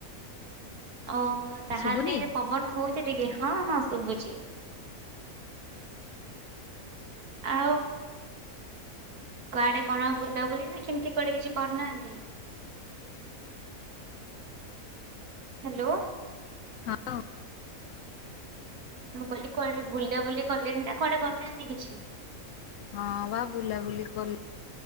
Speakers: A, on the right; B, on the left.
A: ଓହୋ ତାହେଲେ
B: ଶୁଭୁନି
A: ପବନ ହଉଛି। ଟିକେ ଟିକେ ହଁ ହଁ ଶୁଭୁଛି। ଆଉ କୁଆଡେ କଣ ବୁଲ ବୁଲି ନା କେମିତି କୁଆଡେ କିଛି କରିନାହାନ୍ତି। ହ୍ୟାଲୋ।
B: ହେଲୋ।
A: ମୁଁ କଲିକ କୁଆଡେ ବୁଲା ବୁଲି କଲେଣି ନା କୁଆଡେ କରିନାହାନ୍ତି କିଛି।
B: ହଁ ବା ବୁଲାବୁଲି କଲେ